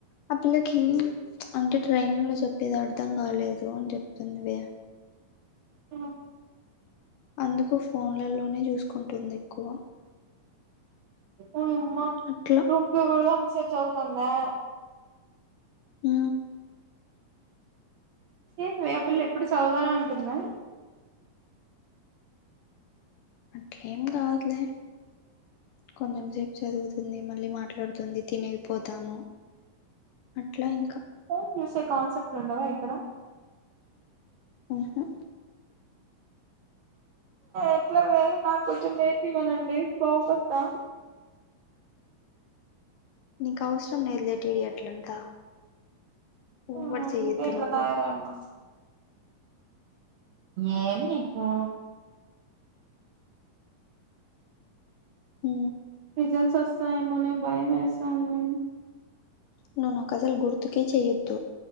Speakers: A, on the left; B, on the right.
A: ఆ పిల్లకి అంటే ట్రైనింగ్ లో చెప్పేది అర్ధం కాలేదు అని చెప్తుందివి.
B: ఉ.
A: అందుకు ఫోన్లలోనే చూసుకుంటుంది ఎక్కువ.
B: ఓయమ్మ
A: అట్లా
B: వెళ అస చవుతుందా.
A: ఉ.
B: ఏంది వే ఆ పిల్లేప్పుడు చదువుతానే ఉంటుందా.
A: అట్లేం కాదులే కొంచెం సపు. చదువుతుంది మళ్ళీ మాట్లాడుతుంది తినేకిపోతాము అట్లా ఇంకా.
B: ఫెస్ చూసే కాన్సెప్ట్లు ఉండవా ఇక్కడ.
A: ఆహా.
B: ఎట్లవే నాకు కొంచెం నేర్చవనండి బాగుపస్తా.
A: నీకు అవసరం నేదే టిడి అట్లంతా. ఓవర్
B: ఆ అందుకే
A: చెయ్యొద్దు
B: ఇట్ల
A: నువ్వు
B: తయారై ఉన్న. ఏం నీకు.
A: ఉ.
B: రిజల్ట్స్ వస్తాయెమోనే భయం వేస్తాంది.
A: నువ్వు నాకు అసలు గుర్తుకే చెయ్యొద్దు.